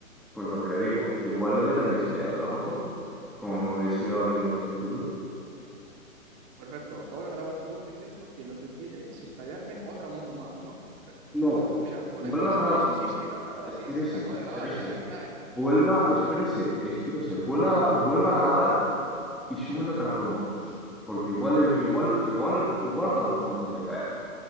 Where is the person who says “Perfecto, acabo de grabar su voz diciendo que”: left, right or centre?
Right